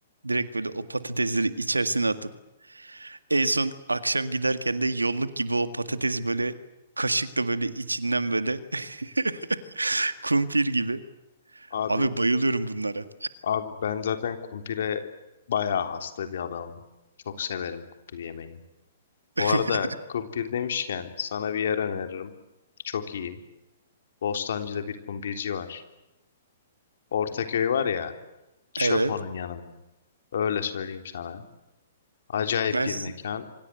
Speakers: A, on the right; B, on the left.
A: Direkt böyle o patatesleri içerisine atıp en son akşam giderken de yolluk gibi o patatesi böyle kaşıkla böyle içinden böyle <laughs> kumpir gibi.
B: Abi,
A: Abi bayılıyorum bunlara.
B: abi ben zaten kumpire bayağı hasta bir adamım. Çok severim kumpir yemeği. Bu
A: <laughs>
B: arada kumpir demişken sana bir yer öneririm. Çok iyi. Bostancı'da bir kumbirci var. Ortaköy var ya, çöp
A: Evet.
B: onun yanında. Öyle söyleyeyim sana. Acayip
A: Ben
B: bir
A: s-
B: mekan.